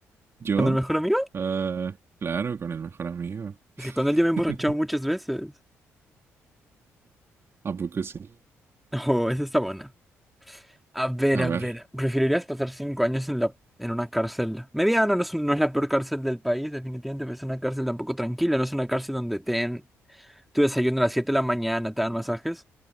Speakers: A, on the right; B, in the centre.
A: ¿Yo?
B: ¿Con el mejor amigo?
A: Ah, claro, con el mejor amigo.
B: Es que con él ya me he emborrachado
A: <laughs>
B: muchas veces.
A: ¿A poco sí?
B: <laughs> Oh, esa está buena. A ver,
A: A
B: a
A: ver.
B: ver. ¿Preferirías pasar cinco años en la, en una cárcel? Mediana, no es, un- no es la peor cárcel del país, definitivamente, pero es una cárcel tampoco tranquila, no es una cárcel donde te den tu desayuno a las 7 de la mañana, te dan masajes.